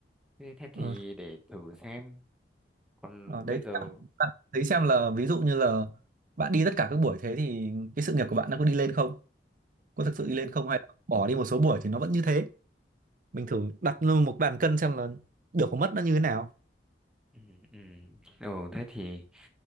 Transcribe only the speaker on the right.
ờ,
ờ, đấy
bạn, bạn thấy xem là ví dụ như là bạn đi tất cả các buổi thế thì cái sự nghiệp của bạn nó có đi lên không có thực
sự đi lên không hay là bỏ đi một số buổi thì nó vẫn như thế mình thử đặt lên một bàn cân xem là được có mất nó như thế nào